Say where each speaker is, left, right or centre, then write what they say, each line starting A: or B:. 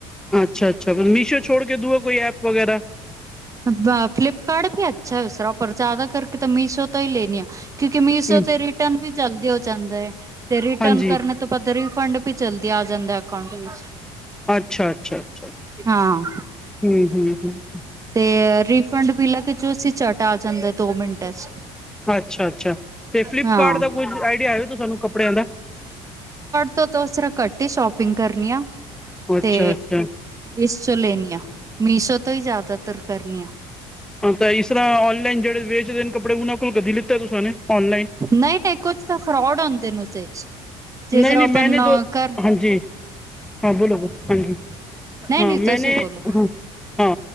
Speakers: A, in the centre; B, on the right.
A: ਅੱਛਾ-ਅੱਛਾ ਫੇਰ ਮੀਸ਼ੋ ਛੋੜ ਕੇ ਦੂਆ ਕੋਈ ਐਪ ਵਗੈਰਾ
B: ਦਾ ਫਲਿਪਕਾਰਟ ਵੀ ਅੱਛਾ ਉਸ ਰਾ ਪਰ ਜਆਦਾ ਕਰਕੇ ਤਾਂ ਮੀਸ਼ੋ ਤੋਂ ਹੀ ਲੇਨੀ ਆ। ਕਿਉਂਕਿ ਮੀਸੋ
A: ਹੂੰ
B: ਤੇ ਰਿਟਰਨ ਵੀ ਜਲਦੀ ਹੋ ਜਾਂਦਾ ਐ ਤੇ ਰਿਟਰਨ
A: ਹਾਂਜੀ
B: ਕਰਨੇ ਤੋ ਓਦਾ ਰੀਫੰਡ ਵੀ ਜਲਦੀ ਆ ਜਾਂਦਾ ਅਕਾਉਂਟ ਵਿੱਚ
A: ਅੱਛਾ-ਅੱਛਾ-ਅੱਛਾ
B: ਹਾਂ
A: ਹੂੰ-ਹੂੰ-ਹੂੰ।
B: ਤੇ ਰੀਫੰਡ ਬੀ ਅਲਗ ਜੋ ਝੱਟ ਆ ਜਾਂਦਾ ਏ ਦੋ ਮਿੰਟਾਂ 'ਚ
A: <inaudible> ਅੱਛਾ -ਅੱਛਾ ਤੇ ਫਲਿੱਪਕਾਰਟ
B: ਹਾਂ
A: ਦਾ ਕੁਝ ਆਈਡੀਆ ਐ ਵੇ ਤੁਸਾ ਨੂੰ ਕੱਪੜਿਆਂ ਦਾ
B: ਤੋ ਤੋ ਉਸ ਰਾਂ ਘੱਟ ਈ ਸ਼ੋਪਿੰਗ ਕਰਨੀ ਆ।
A: ਅੱਛਾ
B: ਤੇ
A: ਅੱਛਾ
B: ਇਸ ਚੋ ਲੇਨੀ ਆ ਮੀਸ਼ੋ ਤੋ ਈ ਜਆਦਾਤਰ ਕਰਨੀ ਆ।
A: ਤਾ ਇਸ ਰ੍ਹਾਂ ਔਨਲਾਈਨ ਜੇੜੇ ਵੇਚਦੇ ਨੇ ਕੱਪੜੇ ਉਨਾਂ ਕੋਲ ਕਦੀ ਲਿੱਤਾ ਤੁਸਾਂ ਨੇ ਔਨਲਾਈਨ?
B: ਨਈ -ਨਈ ਕੁਛ ਤਾਂ ਫਰੋਡ ਹੁੰਦੇ ਨੇ ਉਸੇ 'ਚ। ਜਿਸ
A: ਨਈ
B: ਤਰ੍ਹਾਂ
A: -ਨਈ
B: ਆਪਨ
A: ਮੈ ਨੀ ਦੋ
B: ਕਰ
A: ਹਾਂਜੀ। ਹਾਂ ਬੋਲੋ- ਬੋਲੋ ਹਾਂਜੀ
B: ਨਹੀਂ
A: ਹਾਂ
B: ਨਹੀਂ
A: ਮੈਂਨੇ
B: ਤੁਸੀਂ ਬੋਲੋ
A: ਹਾਂ